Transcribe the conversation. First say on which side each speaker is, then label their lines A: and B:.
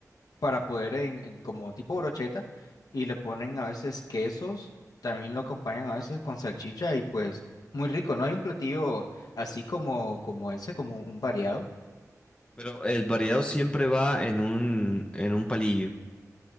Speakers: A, on the left; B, on the left.
A: para poder en, en como tipo brocheta y le ponen a veces quesos, también lo acompañan a veces con salchicha y pues muy rico, no hay un platillo así como como ese, como un variado.
B: Pero el variado siempre va en un, en un palillo.